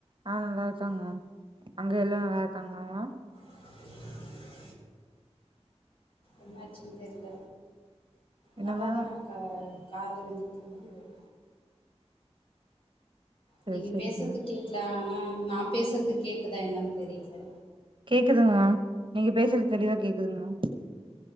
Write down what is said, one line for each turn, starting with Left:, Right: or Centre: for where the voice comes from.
Right: ஆ நல்லா இருக்காங்க மேம் அங்க எல்லா நல்லா இருக்காங்ளா மேம்
Left: அ என்னாச்சுன் தெர்ல
Right: என்ன
Left: நல்லாதா
Right: மேம்
Left: கா காதுல விழ்ந்துட்ருந்தது <inaudible> நீங்க
Right: சரி சரிங்க
Left: பேசுறது
Right: மேம்
Left: கேக்கல ஆனா நா பேசுறது கேக்குதா என்னன் தெரில
Right: கேக்குதுங் மேம் நீங்க பேசுறது தெளிவா கேக்குதுங் மேம்